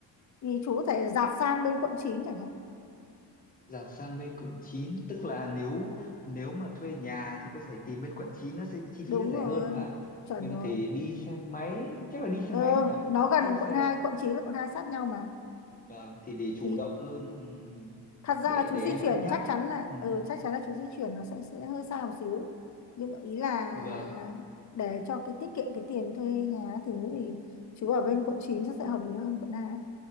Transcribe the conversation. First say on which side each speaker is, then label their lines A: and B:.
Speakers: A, on the left; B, on the left.
A: thì chú có thể dạt sang bên quận chín chẳng hạn
B: dạt sang bên quận chín tức là nếu nếu mà thuê nhà thì có thể tìm bên quận chín nó sẽ chi phí
A: đúng
B: nó rẻ
A: rồi
B: hơn và
A: chuẩn
B: mình
A: rồi
B: có thể đi xe máy chắc là đi xe
A: Ừ,
B: máy nhỉ
A: nó gần
B: chứ xe
A: quận 2 quận 9 và quận 2 sát nhau mà.
B: vâng thì để chủ
A: Thì
B: động hơn ừm,
A: thật
B: để
A: ra là chú
B: để
A: di
B: em
A: chuyển
B: cân nhắc
A: chắc chắn là
B: Ừm,
A: ừ, chắc chắn là chú di chuyển nó sẽ sẽ hơi xa một xíu. Nhưng mà ý là
B: vâng
A: để cho cái tiết kiệm cái tiền thuê nhà thứ thì chú ở bên quận 9 chắc sẽ hợp lý hơn quận hai